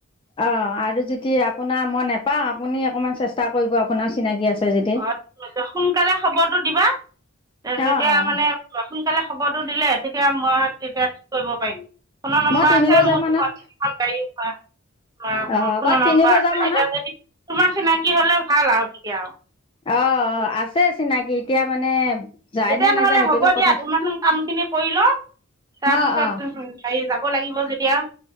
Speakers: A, on the left; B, on the right.
A: অঁ', আৰু যদি আপোনাৰ মই নাপাওঁ, আপুনি অকনমান চেষ্টা কৰিব আপোনাৰ চিনাকি আছে যদি
B: অঁ', সোনকালে খবৰটো দিবা, তেতিয়া
A: অ' অ'
B: মানে সোনকালে খ খবৰটো দিলে তেতিয়া মই, তেতিয়া টিকেট কৰিব পাৰিম ফোনৰ নম্বৰ
A: মই তিনি
B: আছে,
A: বজাৰ
B: মোৰ দুখন-তিনিখন
A: মানত
B: গাড়ীৰ ফোন
A: অ' মই
B: নম্বৰ
A: তিনি বজাৰ
B: আছে।
A: মানত
B: এ এতিয়া যদি তোমাৰ চিনাকি হ'লে ভাল আৰু তেতিয়া আৰু।
A: অঁ, ' অঁ, ' আছে চিনাকি এতিয়া মানে যায়
B: এতিয়া
A: নে
B: নহলে
A: নাযায় সেইটোতো
B: হব
A: কথা
B: দিয়া তোমাৰ কাম খিনি কৰিলওঁ তাৰপিছত
A: অ' অ'
B: হেৰি যাব লাগিব যদি এতিয়া।